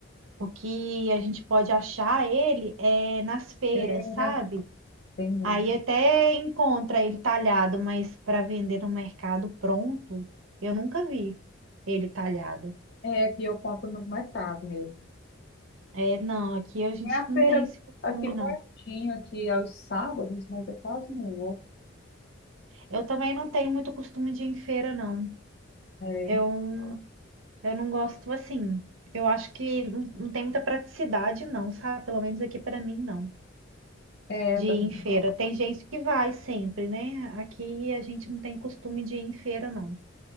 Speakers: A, on the right (about 80°); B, on the left (about 55°).
A: O que a gente pode achar ele é nas feiras,
B: Feira,
A: sabe?
B: tem muito.
A: Aí até encontra ele talhado, mas para vender no mercado pronto, eu nunca vi ele talhado.
B: É que eu compro no mercado mesmo.
A: É, não, aqui a gente
B: É a feira
A: não tem esse costume,
B: aqui pertinho,
A: não.
B: aqui aos sábados, mas eu quase não vou.
A: Eu também não tenho muito costume de ir em feira, não.
B: É,
A: Eu Eu não gosto assim. Eu acho que não, não tem muita praticidade, não, sabe? Pelo menos aqui pra mim, não.
B: é,
A: De
B: tam-
A: ir em feira. Tem gente que vai sempre, né? Aqui a gente não tem costume de ir em feira, não.